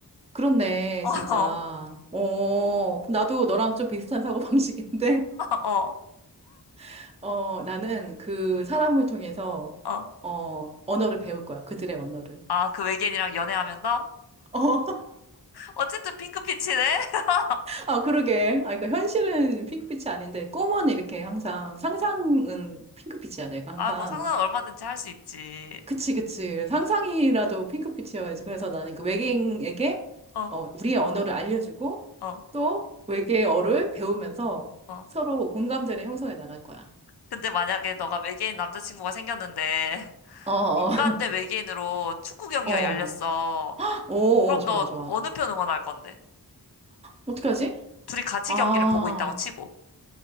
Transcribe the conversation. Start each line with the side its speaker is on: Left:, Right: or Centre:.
Right: 그렇네,
Left: <laughs> 어,
Right: 진짜. 어, 그럼 나도 너랑 좀 비슷한 사고방식인데,
Left: 어,
Right: <laughs> 어, 나는 그 사람을 통해서,
Left: 어.
Right: 어, 언어를 배울 거야. 그들의 언어를.
Left: 아, 그 외계인이랑 연애하면서?
Right: 어, <laughs>
Left: 어쨌든 핑크빛이네? <laughs>
Right: 아, 그러게. 아, 그러니까 현실은 핑크빛이 아닌데, 꿈은
Left: 어,
Right: 이렇게 항상, 상상은
Left: 어.
Right: 핑크빛이야, 내가 항상.
Left: 아, 뭐 상상은 얼마든지 할 수 있지.
Right: 그치, 그치. 상상이라도 핑크빛이어야지. 그래서 나는 그 외계인에게,
Left: 어,
Right: 어, 우리의 언어를 알려주고,
Left: 어,
Right: 또 외계어를 배우면서
Left: 어.
Right: 서로 공감대를 형성해 나갈 거야.
Left: 근데 만약에 너가 외계인 남자친구가 생겼는데, <laughs>
Right: 어, 어,
Left: 인간
Right: <laughs>
Left: 대 외계인으로 축구 경기가
Right: 어.
Left: 열렸어.
Right: 오,
Left: 그럼
Right: 오, 좋아,
Left: 너
Right: 좋아.
Left: 어느 편 응원할 건데?
Right: 어떻게 하지?
Left: 둘이 같이
Right: 아.
Left: 경기를 보고 있다고 치고.